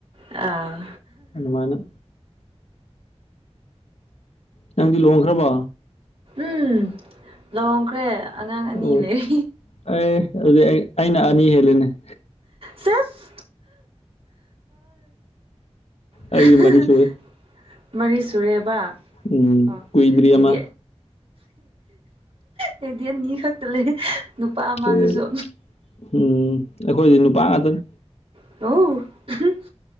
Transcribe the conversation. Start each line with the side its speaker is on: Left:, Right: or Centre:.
Right: ꯑꯥ
Left: ꯑꯗꯨꯃꯥꯏꯅ ꯅꯪꯗꯤ ꯂꯨꯍꯣꯡꯈ꯭ꯔꯕꯣ
Right: ꯎꯝ ꯂꯨꯍꯣꯡꯈ꯭ꯔꯦ ꯑꯉꯥꯡ
Left: ꯑꯣ
Right: ꯑꯅꯤ ꯂꯩ
Left: ꯑꯦ ꯑꯗꯨꯗꯤ ꯑꯩ ꯑꯩꯅ ꯑꯅꯤ ꯍꯦꯜꯂꯤꯅꯦ
Right: ꯁꯦꯁ <unintelligible>
Left: ꯑꯩꯗꯤ ꯃꯔꯤ ꯁꯨꯔꯦ
Right: ꯃꯔꯤ ꯁꯨꯔꯦꯕ
Left: ꯎꯝ
Right: ꯑꯣ
Left: ꯀꯨꯏꯗ꯭ꯔꯤ
Right: ꯑꯩꯗꯤ
Left: ꯑꯃ꯫
Right: ꯑꯩꯗꯤ ꯑꯅꯤ ꯈꯛꯇ ꯂꯩ ꯅꯨꯄꯥ ꯑꯃꯑꯗꯨꯁꯨ꯫
Left: ꯑꯦ ꯎꯝ ꯑꯩꯈꯣꯏꯗꯤ ꯅꯨꯄꯥ ꯉꯥꯛꯇꯅꯤ꯫
Right: <unintelligible>